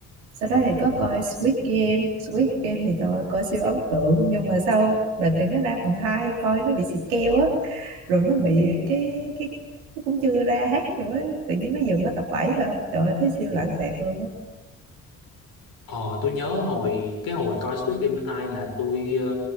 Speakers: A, on the right (about 75°); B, on the left (about 55°).
A: sau đó thì có coi Squid Game Squid Game thì trời ơi, coi siêu ấn tượng nhưng mà sau đợt này nó ra phần 2 coi nó bị xịt keo á rồi nó bị cái cái cái cũng chưa ra hết nữa ấy. tự nhiên nó dừng ở tập 7 rồi trời ơi, thấy siêu lãng xẹt luôn á
B: Ờ tôi nhớ hồi cái hồi coi Squid Game 2 là tôi